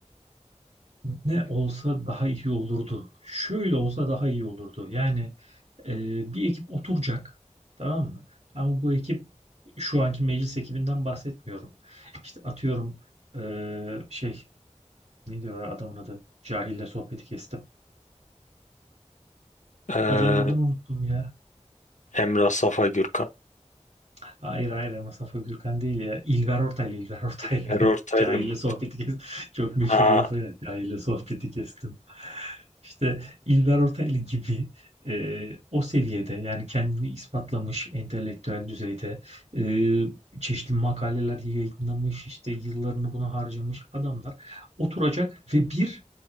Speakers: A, on the right; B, on the left.
A: Ne olsa daha iyi olurdu. Şöyle olsa daha iyi olurdu. Yani e, bir ekip oturacak. Tamam mı? Ama bu ekip şu anki meclis ekibinden bahsetmiyorum. İşte atıyorum e, şey ne diyor adamın adı? Cahille sohbeti kestim.
B: Ee,
A: Hocanın adını unuttum ya.
B: Emrah Safa Gürkan.
A: Hayır hayır ama Safa Gürkan değil ya. İlber Ortaylı, İlber Ortaylı.
B: İlker
A: <laughs>
B: Ortaylı
A: Cahille
B: mı?
A: sohbeti kestim. Çok meşhur
B: Ha,
A: lafı ya. Cahille sohbeti kestim. İşte İlber Ortaylı gibi e, o seviyede yani kendini ispatlamış entelektüel düzeyde e, çeşitli makaleler yayınlamış işte yıllarını buna harcamış adamlar oturacak ve bir